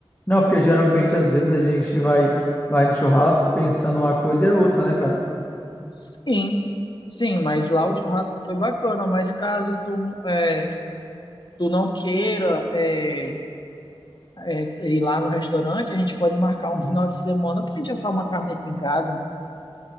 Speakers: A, on the left; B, on the left.
A: Não, porque geralmente, às vezes, a gente vai, vai no churrasco pensando uma coisa e é outra, né, cara?
B: Sim, sim, mas lá o churrasco foi bacana, mas caso tu, não- é, tu não queira é, é, ir lá no restaurante, a gente pode marcar um
A: Uhum.
B: final de semana pra gente assar uma carne aqui em casa.